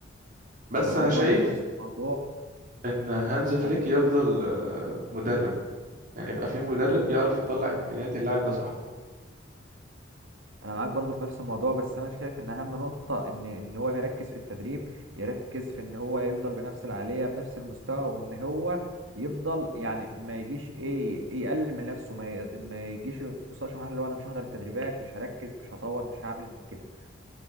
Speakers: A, on the right (about 45°); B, on the right (about 85°).
A: بس
B: انا معاك
A: انا شايف
B: برضو في نفس الموضوع
A: ان هانز فليك
B: انا
A: يفضل آه، مدرب يعني يبقى في مدرب بيعرف يطلع امكانيات اللاعب ده صح
B: انا معاك برضو في نفس الموضوع بس انا شايف ان اهم نقطة ان ان هو يركز في التدريب يركز في ان هو يفضل بنفس العالية بنفس المستوى وان هو يفضل يعني ما يجيش ايه يقلل من نفسه ما ي- ما يجيش يوصلش لمرحلة اللي هو انا مش هحضر التدريبات مش هركز مش هطور مش هعمل من كده